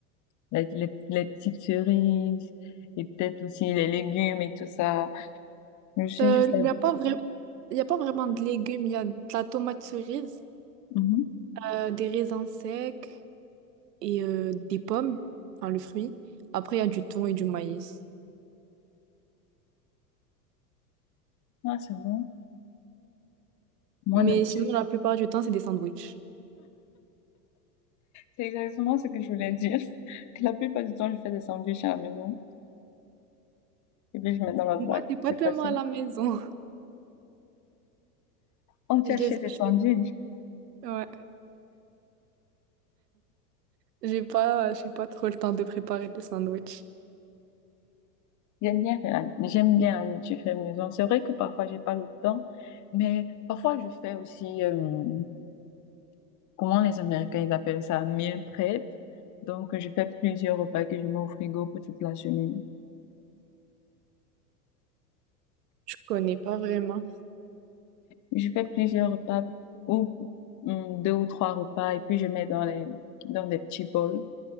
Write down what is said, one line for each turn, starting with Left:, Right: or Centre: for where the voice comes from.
Left: les, les, les petites cerises et peut-être aussi les légumes et tout ça. Je suis
Right: Euh,
Left: juste
Right: Il
Left: habituée.
Right: n'y a pas vrai... il y a pas vraiment de légumes. Il y a de la tomate cerise,
Left: Mhm.
Right: euh, des raisins secs et euh, des pommes, enfin le fruit. Après, il y a du thon et du maïs.
Left: Ah, c'est bon. Moi,
Right: Mais
Left: d'habitude.
Right: sinon, la plupart du temps, c'est des sandwichs.
Left: C'est exactement ce que je voulais dire. <laughs> Que la plupart du temps, je fais des sandwichs à la maison. Et puis, je mets dans la
Right: Moi,
Left: sac.
Right: c'est pas
Left: C'est
Right: tellement
Left: facile.
Right: à la maison. <laughs>
Left: On t'achète
Right: Je les
Left: des
Right: achète.
Left: sandwichs.
Right: Ouais. J'ai pas, j'ai pas trop le temps de préparer des sandwichs.
Left: J'aime bien, la- j'aime bien la nourriture faite maison. C'est vrai que parfois, j'ai pas le temps. Mais parfois, je fais aussi. euh, comment les Américains ils appellent ça, meal prep. Donc, je fais plusieurs repas que je mets au frigo pour toute la semaine.
Right: Je connais pas vraiment.
Left: Je fais plusieurs repas ou hum, deux ou trois repas et puis je mets dans les dans des petits bols